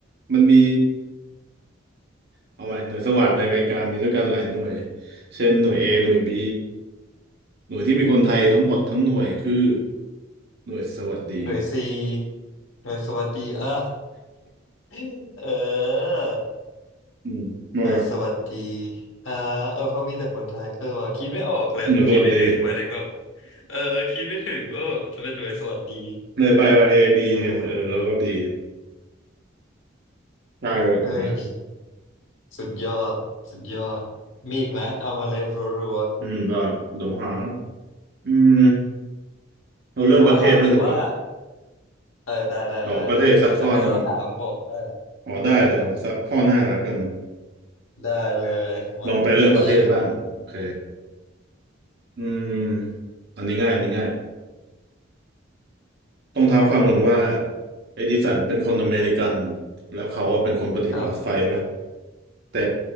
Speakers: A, on the right; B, on the left.
A: มันมีเอาไหมหน่วยสวัสดในอเมริกามีด้วยกันหลายหน่วยเช่นหน่วย A หน่วย B หน่วยที่มีคนไทยทั้งหมดทั้งหน่วยคือหน่วยสวัสดี
B: หน่วยซีหน่วยสวัสดีอ่ะ <laughs> เออ
A: อืมมา
B: หน่วยสวัสดีอ่าเออเพราะมีแต่คนไทยเออว่ะคิดไม่ออกเลยอะคิดไม่ถึงหมายถึงแบบ
A: หน่วยสวัสดี
B: เออคิดไม่ถึงว่าบจะเป็นหน่วยสวัสดี
A: ในใบว่า A B
B: เออ
A: ไงเออแล้วก็ดีใช่นั่นแหละ
B: เฮ้ย สุดยอดสุดยอดมีอีกไหมเอามาเลยรัว
A: อืมก็เดี๋ยวหาอืม
B: ๆหรือว่าเราหรือว่า
A: เอาเรื่องประเทศบ้างดีกว่า
B: เออได้ได้ได้ได้หรือจะให้เราถามบอกได้นะได้ได้
A: ขอประเทศสักข้อหนึ่งอ๋อได้เดี๋ยวสักข้อหน้าละกัน
B: ได้เลยมา
A: ลองไปเรื่องประเทศบ้างโอเค
B: ชิว
A: อืมอันนี้ง่ายอันนี้ง่ายต้องเท้าความก่อนว่าเอดิสันเป็นคนอเมริกันแล้วเขาอะเป็นคนประดิษฐ์หลอดไฟปะ
B: ๆครับ
A: แต่